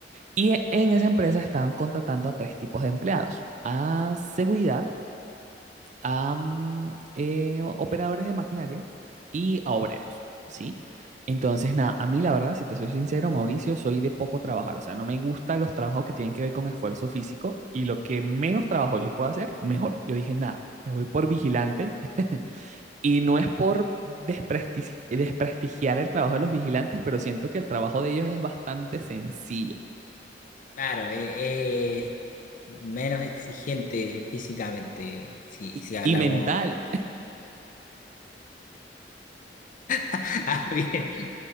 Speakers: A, on the right; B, on the left.
A: Y en esa empresa estaban contratando a tres tipos de empleados. A seguridad, a mm, eh, operadores de maquinaria y a obreros, ¿sí? Entonces, nada, a mí la verdad, si te soy sincero, Mauricio, soy de poco trabajar, o sea, no me gustan los trabajos que tienen que ver con esfuerzo físico y lo que menos trabajo yo pueda hacer, mejor. Yo dije, nada, me voy por vigilante <laughs> y no es por desprestigi- desprestigiar el trabajo de los vigilantes, pero siento que el trabajo de ellos es bastante sencillo
B: Claro, eh, eh, menos exigente físicamente, si,
A: y,
B: si hablamos.
A: y mental.
B: <laughs> Ah, bien.